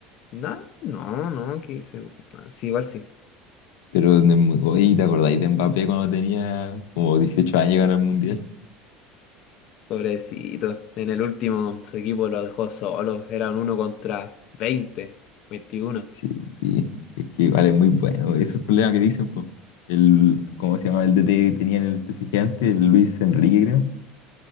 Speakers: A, on the left; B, on the left.
A: No, no, no, que se... sí, igual sí.
B: Pero, en el mu- oye, ¿te acordáis de Mbappé cuando tenía como 18 años y ganó el Mundial?
A: Pobrecito. En el último su equipo lo dejó solo. Eran uno contra 20 veintiuno
B: Sí, es que igual es muy bueno. Eso es el problema que dicen, pues. El, ¿cómo se llama? El DT que tenía en el PSG antes, el Luis Enrique, creo.